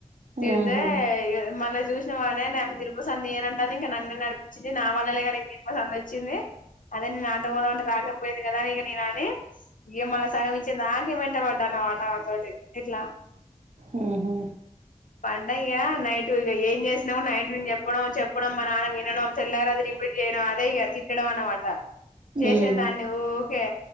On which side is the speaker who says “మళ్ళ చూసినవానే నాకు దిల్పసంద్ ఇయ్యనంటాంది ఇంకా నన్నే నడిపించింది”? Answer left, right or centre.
Left